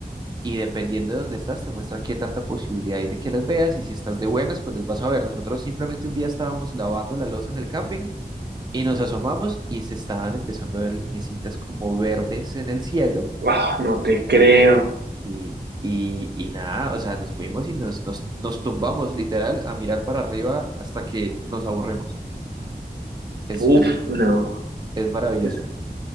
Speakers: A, on the right; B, on the right.
A: y dependiendo de dónde estás, te muestra qué tanta posibilidad hay de que las veas. Y si estás de buenas, pues las vas a ver. Nosotros simplemente un día estábamos lavando la loza en el camping y nos asomamos y se estaban empezando a ver lineecitas como verdes en el cielo.
B: Ah, no te creo.
A: Sí, y, y nada, o sea, nos fuimos y nos, nos, nos tumbamos literal a mirar para arriba hasta que nos aburremos. Es,
B: Uf,
A: es,
B: no.
A: es maravilloso.
B: Es-